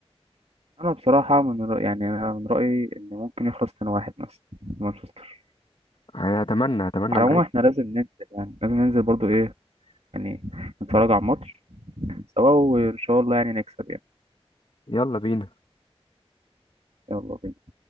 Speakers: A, on the right; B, on the left.
A: انا بصراحه من رأيي يعني انا من رايي ان ممكن يخلص 2-1 مثلا مانشستر
B: يعني اتمنى اتمنى
A: على
B: بجد
A: العموم احنا لازم ننزل يعني لازم ننزل برضه ايه يعني نتفرج على الماتش سوا وان شاء الله يعني نكسب يعني
B: يلا بينا
A: يلا بينا